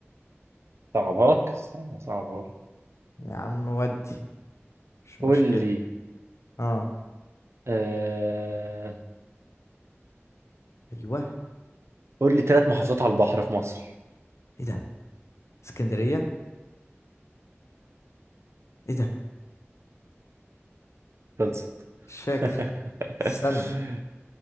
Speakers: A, on the right; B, on the left.
A: صعبها لك استنى، صعبها لك
B: يا عم ودي مش
A: قول
B: مشكلة
A: لي
B: اه
A: آه...
B: ايوه
A: قول لي تلات محافظات على البحر في مصر
B: ايه ده اسكندرية ايه ده
A: خلصت
B: مش فاكر
A: <laughs>
B: استنى
A: <laughs>